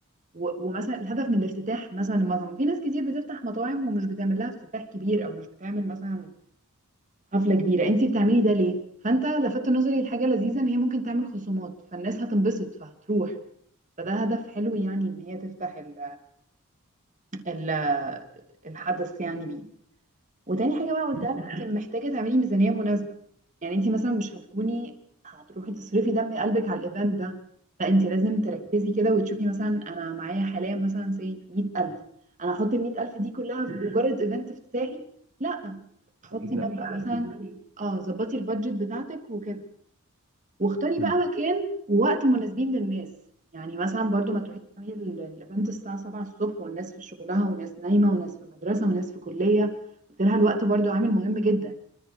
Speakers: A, on the right; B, on the right.
A: و- ومثلا الهدف من الافتتاح مثلا المطعم في ناس كتير بتفتح مطاعم ومش بتعمل لها افتتاح كبير او مش بتعمل مثلا حفلة كبيرة انت بتعملي ده ليه فانت لفت نظري لحاجة لذيذة ان هي ممكن تعمل خصومات فالناس هتنبسط فهتروح فده هدف حلو يعني ان هي تفتح ال ال الحدث يعني بيه وتاني حاجة بقى قلتها
B: مم.
A: لها انت محتاجة تعملي ميزانية مناسبة يعني انت مثلا مش هتكوني هتروحي تصرفي دم قلبك على الايفنت ده لا انت لازم تركزي كده وتشوفي مثلا انا معايا حاليا مثلا زي 100000 انا هحط ال 100000 دي كلها في مجرد ايفنت افتتاحي لا حطي
B: أكيد لا
A: مبلغ مثلا
B: أكيد لا
A: اه ظبطي البادجت بتاعتك وكده. واختاري
B: مم.
A: بقى مكان ووقت مناسبين للناس يعني مثلا برضو ما تروحيش تعملي ال- الايفنت الساعة 7 الصبح والناس في شغلها وناس نايمة وناس في المدرسة وناس في كلية قلت لها الوقت برضو عامل مهم جدا